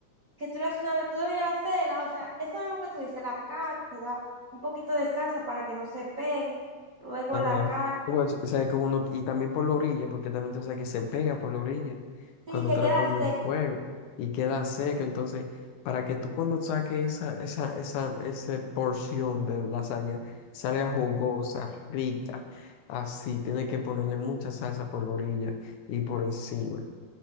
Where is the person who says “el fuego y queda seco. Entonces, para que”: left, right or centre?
Left